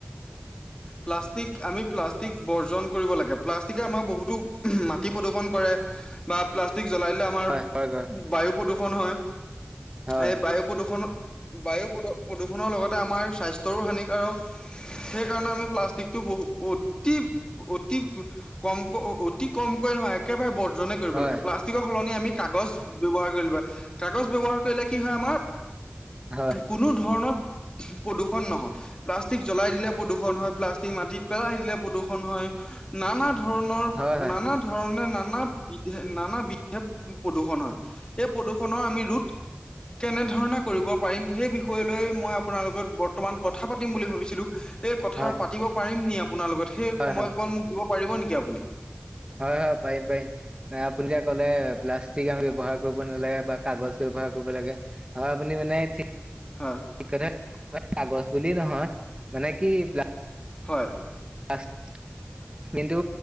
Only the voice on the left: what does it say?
প্লাষ্টিক আমি প্লাষ্টিক বৰ্জন কৰিব লাগে, প্লাষ্টিকে আমাক বহুতো মাটি প্ৰদূ্ষন কৰে। বা প্লাষ্টিক জ্বলাই দিলে আম, আমাৰ
বায়ু প্ৰদূৰষণ হয়,
সেই বায়ু প্ৰদূষণৰ বায়ু প্ৰদূ প্ৰদূষণৰ লগতে আমাৰ স্বাস্থ্যৰো হানিকাৰক। সেইকাৰণে আমি, প্লাষ্টিকটো বহু অতি, অতি প কমকৈ অ অতি কমকৈ নহয়, একেবাৰে বৰ্জনে কৰিব
কৰিব লাগে। প্লাষ্টিকৰ সলনি আমি কাগজ ব্যৱহাৰ কৰি ল'ব লাগে। কাগজ ব্যৱহাৰ কৰিলে কি হয় আমাৰ,
কোনো ধৰণৰ প্ৰদূষণ নহয়, প্লাষ্টিক জ্বলাই দিলেই প্ৰদূষণ হয়। প্লাষ্টিক মাটিত পেলাই দিলে প্ৰদূষণ হয়, নানা ধৰণৰ
নানা, ধৰণে নানা বিধে নানা বিধে প্ৰদূষণ হয়, এই প্ৰদূষণৰ আমি ৰোধ, কেনে ধৰণে কৰিব পাৰিম, সেই বিষয় লৈ মই আপোনাৰ লগত বৰ্তমান কথা পাতিম বুলি ভাবিছিলো। এই কথাৰ
পাতিব নি আপোনাৰ লগত? সেই সময়কণ
মোক দিব পাৰিব নেকি আপুনি?
হয়,
হয়।